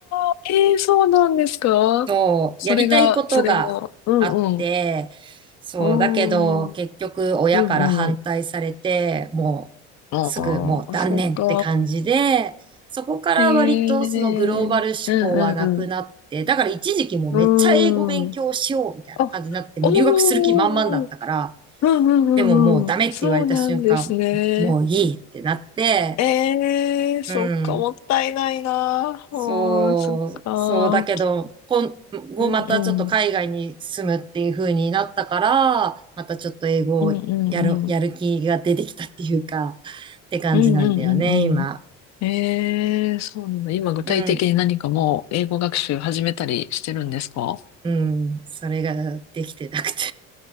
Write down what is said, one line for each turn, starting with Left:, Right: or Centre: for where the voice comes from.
Left: あ、えー、そうなんですかそれが、
Right: そう、やりたいことがあって、
Left: それが、うんうん。
Right: そう、
Left: おー、
Right: だけど、結局、親から反対されて、
Left: うんうん。
Right: も
Left: あ
Right: う、すぐもう断念って感じで、
Left: あ、そっか
Right: そこから割とそのグローバル思考はなくなって、
Left: へえ、うんう
Right: だから一時期もうめっちゃ英語勉強しようみたいな感じになって、
Left: ん。うん。あ、
Right: もう留学する気満々だったから、
Left: おー、うんうんうんうん。
Right: でももうダメって言われた瞬間、
Left: そうなんですね。
Right: もういいってなって、
Left: ええ、そっか、
Right: うん。
Left: もったいないな。うん、
Right: そう、
Left: そっか。
Right: そうだけど、
Left: うん
Right: 今後またちょっと海外に住むっていう風になったから、
Left: うん。
Right: またちょっと英語をやる、
Left: うんうんうん。
Right: やる気が出てきたっていうか、って感じなんだよね、
Left: うんうんうんうん。
Right: 今。
Left: ええ、そうなんだ。今具体的に何かもう英語学習始めたりしてるんですか
Right: うん、うん、それができてなくて